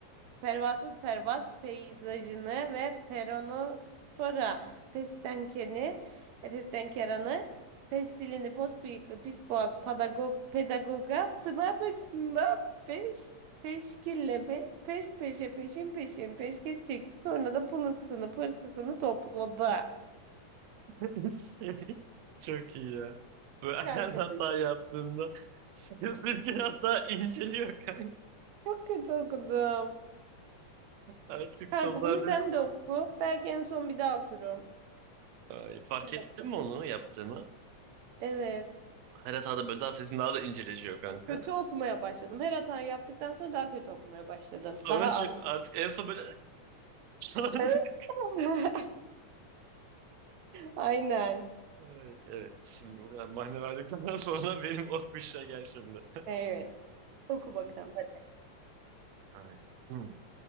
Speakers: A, on the right (about 70°); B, on the right (about 85°).
A: Pervasız pervaz peyzajını ve peronospora pestenkeni, e, pestenkeranı, pestilini, pos bıyıklı, pis boğaz, pedagog, pedagoga, pınar başında peş, peşkille, be, peş peşe, peşin peşin, peşkeş çekti. Sonra da pılısını, pırtısını topladı.
B: <laughs> Çok iyi ya. Bu <laughs>
A: Kanka
B: her hata yaptığımda sesim biraz daha inceliyor kanka.
A: çok kötü okudum.
B: Artık
A: Kanka
B: sonlarda
A: bunu sen de oku. Belki en son bir daha okurum.
B: Ay, fark
A: Sen
B: ettin
A: oku.
B: mi onu yaptığını?
A: Evet.
B: Her hatada böyle daha sesin daha da inceleşiyor kanka.
A: Kötü okumaya başladım. Her hatayı yaptıktan sonra daha kötü okumaya başladım.
B: Sonra
A: Daha
B: şu
A: az.
B: artık en son böyle <laughs> falan diyor.
A: <laughs> Aynen.
B: Ay, evet şimdi bu kadar mahne verdikten <laughs> sonra benim o kuşa gel şimdi.
A: Evet. Oku bakalım. Hadi.
B: Aynen. Hmm.